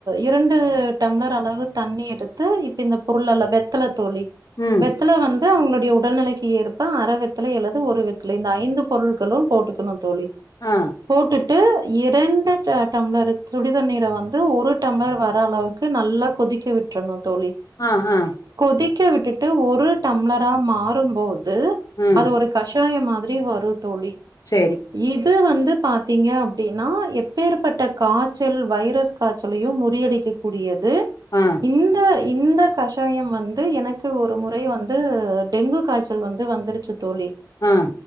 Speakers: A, on the right; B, on the left.
A: இரண்டு டம்ளர் அளவு தண்ணி எடுத் து இப்ப இந்த பொருள் எல்லா வெத்தல தோழி
B: ம்
A: வெத்தல வந் து அவங்களுடைய உடல்நிலைக்கு ஏற்ப அரவெத்தலை அல்லது ஒரு வெத்தலை இந்த ஐந்து பொருள்களு போட்டுக்கணு தோழி
B: ஆ
A: போட்டுட்டு இரண்டு டம்ளர் சுடிதண்ணீர வந்து ஒரு டம்ளர் வர அளவுக்கு நல்லா கொதிக்க விட்டுறணு தோழி
B: ஆ ஆ
A: கொதிக்க விட்டுட்டு ஒரு டம்ளரா மாறும்போது
B: ம்
A: அது ஒரு கஷாய மாதிரி வரு தோழி
B: சேரி
A: இது வந்து பாத்தீங்க அப்டின்னா எப் பேற்பட்ட காச்சல் வைரஸ் காச்சலயு முறியடிக்க கூடியது
B: ஆ
A: இந்த இந்த கஷாயம் வந்து எனக்கு ஒரு முறை வந்து டெங்கு காய்ச்சல் வந்து வந்துருச்சு தோழி
B: ஆ